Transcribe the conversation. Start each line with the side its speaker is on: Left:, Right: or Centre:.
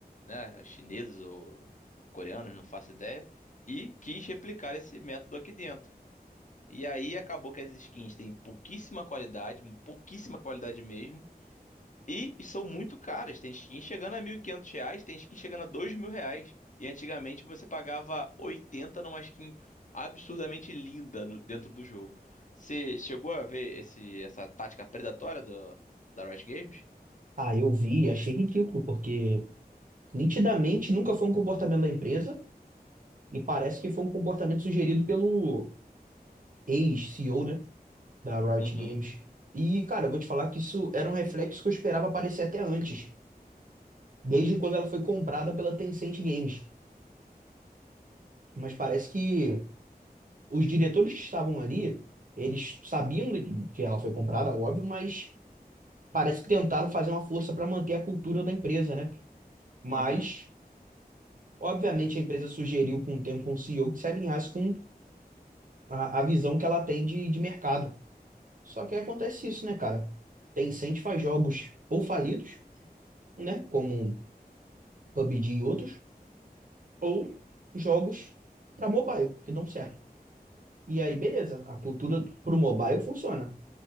Left: né, chineses ou coreanos, não faço ideia, e quis replicar esse método aqui dentro. E aí acabou que as skins têm pouquíssima qualidade, pouquíssima qualidade mesmo, e são muito caras. Tem skin chegando a 1.500 reais, tem skin chegando a 2.000 reais. E antigamente você pagava 80 numa skin absurdamente linda no- dentro do jogo. Você chegou a ver esse, essa tática predatória do, da Riot Games?
Right: Ah, eu vi, e achei ridículo, porque nitidamente nunca foi um comportamento da empresa e parece que foi um comportamento sugerido pelo ex-CEO, né, da Riot
Left: Uhum,
Right: Games. E, cara, eu vou te falar que isso era um reflexo que eu esperava aparecer até antes, desde quando ela foi comprada pela Tencent Games. Mas parece que os diretores que estavam ali, eles sabiam de- que ela foi comprada, óbvio, mas parece que tentaram fazer uma força para manter a cultura da empresa, né? Mas
Left: uhum,
Right: Obviamente, a empresa sugeriu com o tempo um CEO que se alinhasse com a, a visão que ela tem de, de mercado. Só que aí acontece isso, né, cara? Tencent faz jogos ou falidos, né, como PUBG e outros, ou jogos para mobile, que dão certo. E aí, beleza, a cultura pro mobile funciona,